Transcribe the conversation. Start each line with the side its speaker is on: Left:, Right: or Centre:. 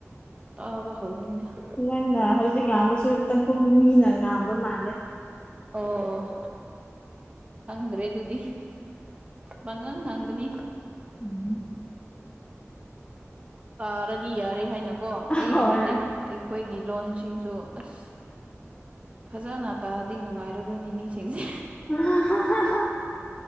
Right: ꯇꯥꯕ ꯍꯧꯕꯅꯤꯗ
Left: ꯅꯪꯅ
Right: ꯍꯧꯖꯤꯛꯀꯥꯟ
Left: ꯍꯧꯖꯤꯛ ꯉꯥꯡꯕꯁꯨ ꯇꯪꯈꯨꯜ ꯃꯤꯅ ꯉꯥꯡꯕ ꯃꯥ
Right: ꯑꯣ ꯈꯪꯗ꯭ꯔꯦ ꯑꯗꯨꯗꯤ ꯄꯉꯥꯡ ꯉꯥꯡꯕꯅꯤ
Left: ꯎꯝ
Right: ꯄꯥꯔꯗꯤ ꯌꯥꯔꯦ ꯍꯥꯏꯅꯀꯣ ꯑꯩꯒꯤ
Left: ꯍꯣꯏ
Right: ꯃꯩꯠꯇꯩ ꯑꯩꯈꯣꯏꯒꯤ ꯂꯣꯟꯁꯤꯡꯁꯨ ꯑꯁ ꯐꯖꯅ ꯇꯥꯛꯑꯗꯤ ꯅꯨꯡꯉꯥꯏꯔꯔꯣꯏꯅꯦ ꯃꯤꯁꯤꯡꯁꯦ
Left: <unintelligible>